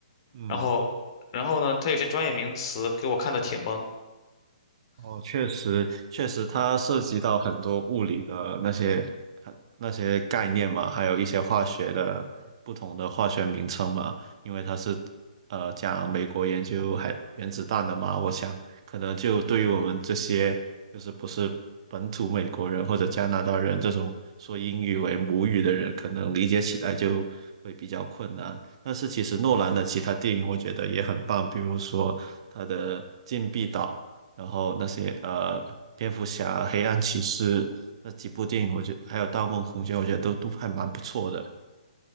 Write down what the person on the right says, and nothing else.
嗯。
哦，确实，确实，它涉及到很多物理的那些它那些概念嘛，还有一些化学的不同的化学名称嘛，因为它是呃讲美国研究还原子弹的嘛，我想可能就对于我们这些就是不是本土美国人或者加拿大人这种说英语为母语的人，可能理解起来就会比较困难。但是其实诺兰的其他电影我觉得也很棒，比如说他的《禁闭岛》。然后那些呃蝙蝠侠、黑暗骑士那几部电影，我觉得还有《盗梦空间》，我觉得都都还蛮不错的。